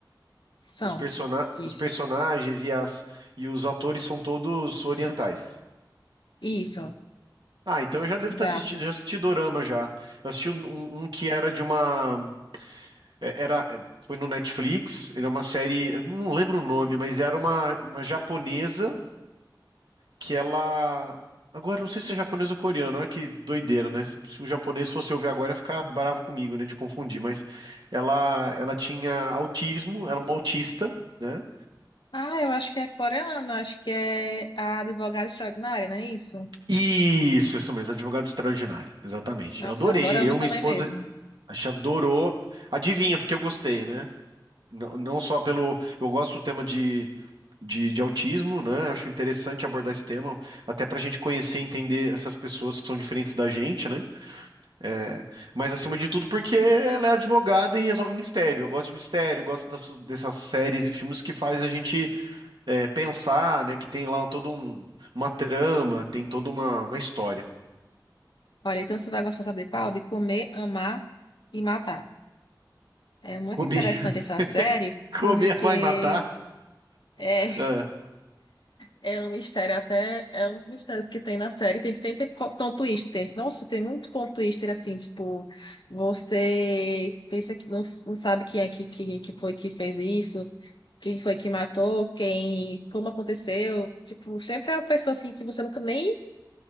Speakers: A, on the left; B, on the right.
A: São.
B: Os, persona
A: Isso.
B: os personagens e, as, e os atores são todos orientais.
A: Isso.
B: Ah, então eu já devo
A: Exato.
B: ter assistido, já assisti Dorama já. Eu assisti um, um- um que era de uma. é- Era, é, foi no Netflix, era uma série, eu não lembro o nome, mas era uma, uma japonesa que ela. Agora, eu não sei se é japonesa ou coreano, olha que doideira, né? Se se o japonês fosse ouvir agora, ia ficar bravo comigo, né? De confundir, mas ela, ela tinha autismo, era uma autista, né?
A: Ah, eu acho que é coreana, acho que é a advogada extraordinária, não é isso?
B: Isso, isso mesmo, advogado extraordinário, exatamente.
A: Nossa,
B: Eu adorei,
A: é um dorama
B: eu,
A: também
B: minha esposa,
A: mesmo.
B: a gente adorou. Adivinha, porque eu gostei, né? Não, não só pelo. Eu gosto do tema de, de, de autismo, né? Acho interessante abordar esse tema, até pra gente conhecer e entender essas pessoas que são diferentes da gente, né? É, mas acima de tudo, porque ela é advogada e resolve mistério. Eu gosto de mistério, eu gosto das- dessas séries e filmes que faz a gente é, pensar, né? Que tem lá todo um, uma trama, tem toda uma, uma história.
A: Olha, então você vai gostar, sabe de qual? De comer, amar e matar. É muito
B: Comer,
A: interessante
B: <laughs>
A: essa série,
B: comer
A: porque
B: vai matar?
A: é,
B: Ah,
A: É um mistério, até é uns mistérios que tem na série. Tem sempre tem po- tom twister. Nossa, tem muito ponto twister assim, tipo, você pensa que não, s- não sabe quem é que, que, que foi que fez isso, quem foi que matou, quem, como aconteceu. Tipo, sempre é uma pessoa assim que você nunca nem